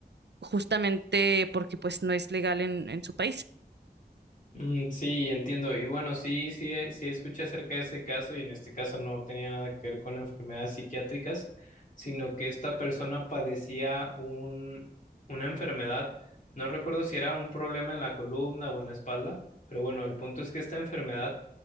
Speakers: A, on the right (about 85°); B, on the left (about 50°).
A: justamente porque pues no es legal en, en su país.
B: Mm, Sí, entiendo. Y bueno, sí, sí, eh, sí escuché acerca de ese caso y en este caso no tenía nada que ver con enfermedades psiquiátricas, sino que esta persona padecía un, una enfermedad, no recuerdo si era un problema en la columna o en la espalda, pero bueno, el punto es que esta enfermedad